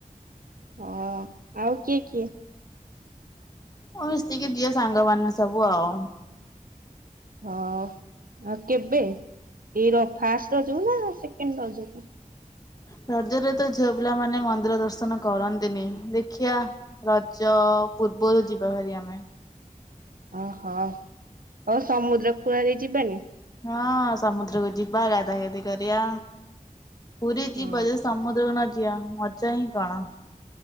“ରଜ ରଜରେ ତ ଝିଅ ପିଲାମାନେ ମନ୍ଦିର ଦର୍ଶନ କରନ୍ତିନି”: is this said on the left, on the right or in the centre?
Left